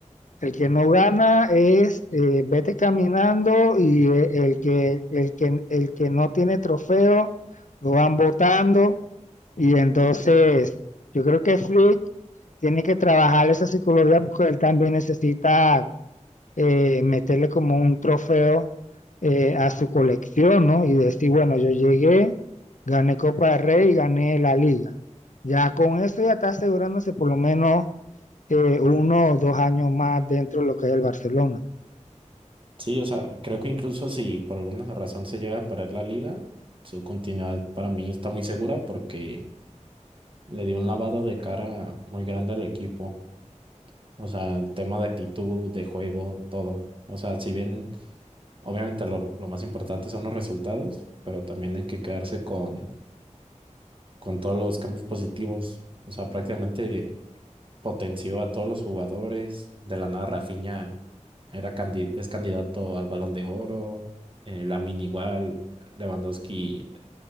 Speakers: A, on the left (about 80°); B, on the right (about 45°).
A: el que no gana es eh, vete caminando y eh, el que, el que, el que no tiene trofeo lo van votando. Y entonces yo creo que Flick tiene que trabajar esa psicología porque él también necesita eh, meterle como un trofeo eh, a su colección, ¿no? Y decir, bueno, yo llegué, gané Copa del Rey y gané la liga. Ya con eso ya está asegurándose por lo menos eh, uno o dos años más dentro de lo que es el Barcelona.
B: Sí, o sea, creo que incluso si por alguna razón se llega a perder la liga, su continuidad para mí está muy segura porque le dio un lavado de cara muy grande al equipo. O sea, tema de actitud, de juego, todo. O sea, si bien obviamente lo, lo más importante son los resultados, pero también hay que quedarse con, con todos los cambios positivos. O sea, prácticamente potenció a todos los jugadores. De la nada, Rafinha era candi- es candidato al Balón de Oro. Eh, Lamine igual. Lewandowski,